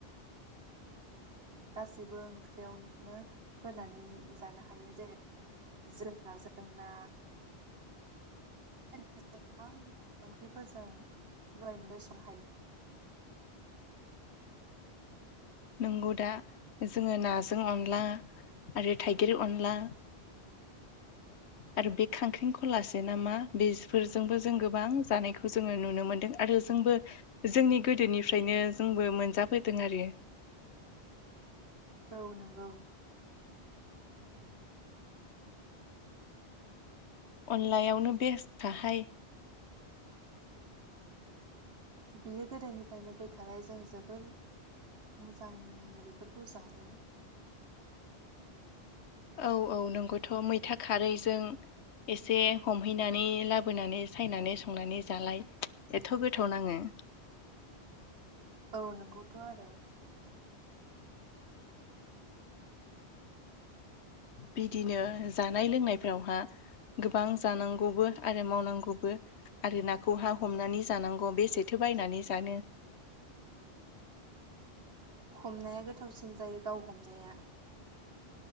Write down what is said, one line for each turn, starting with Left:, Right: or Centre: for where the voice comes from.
Right: गासैबो ओंख्रियावनो होनानै जानो हायो। जेरै जोगोनारजों ना। <inaudible> बे गोबां ओंख्रिफोरजों लाय मोनो संनो हायो। <inaudible>
Left: नंगौ दा जोङो नाजों अनला आरो थाइगेर अनला आरो बे खांख्रिंख'लासे नामा बेफोरजोंबो जों गोबां जानायखौ जोङो नुनो मोनदों आरो। आरो जोंबो जोंनि गोदोनिफ्रायनो जोंबो मोनजाबोदों आरो।
Right: <inaudible> औ नंगौ। <inaudible>
Left: अनलायावनो बेस्थ खाहाय। <inaudible>
Right: बियो गोदोनिफ्रायनो फैखानाय जों जोबोर मोजां नाङो बेफोरखौ खौ जानो। <inaudible>
Left: औ औ नोंगौथ' मैथा खारैजों एसे हमहैनानै लाबोनानै सायनानै संनानै जालाय एथ' गोथाव नाङो।
Right: <inaudible> औ नंगौथ' आरो
Left: बिदिनो जानाय लोंनायफ्रावहा गोबां जानांगौबो आरो मावनांगौबो आरो नाखौहा हमनानै जानांगौ बेसेथो बायनानै जानो।
Right: <inaudible> हमनाया गोथावसिन जायो गाव हमनाया।